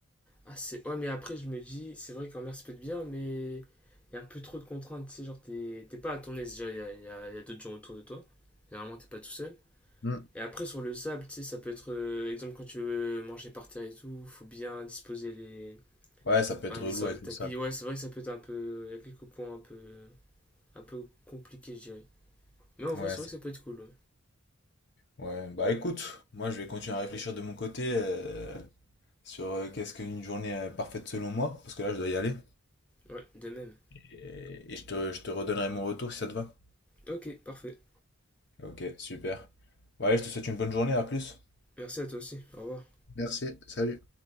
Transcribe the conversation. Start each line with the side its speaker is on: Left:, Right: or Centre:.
Centre: Ah, c'est... Ouais, mais après, je me dis, c'est vrai qu'en mer, ça peut être bien, mais il y a un peu trop de contraintes. Tu sais, genre, t'es, t'es pas à ton aise. Déjà, il y a, il y a- il y a d'autres gens autour de toi. Généralement, t'es pas tout seul.
Left: Hmm.
Centre: Et après, sur le sable, tu sais, ça peut être, euh, exemple, quand tu veux manger par terre et tout, faut bien disposer les.
Left: Ouais, ça peut
Centre: Enfin,
Left: être
Centre: les
Left: relou
Centre: sortes
Left: avec
Centre: de tapis.
Left: le sable.
Centre: Ouais, c'est vrai que ça peut être un peu. Il y a quelques points un peu. Un peu compliqués, je dirais. Mais en vrai,
Left: Ouais,
Centre: c'est vrai
Left: ça-
Centre: que ça peut être cool. Ouais,
Left: ouais. Bah écoute, moi, je vais continuer à réfléchir de mon côté euh, sur euh, qu'est-ce qu'une journée euh, parfaite selon moi, parce que là, je dois y aller.
Centre: Ouais, de même.
Left: Et, et je te, je te redonnerai mon retour si ça te va.
Centre: Ok, parfait.
Left: Ok, super. Ouais, je te souhaite une bonne journée, à plus.
Centre: Merci à toi aussi. Au revoir.
Left: Merci. Salut.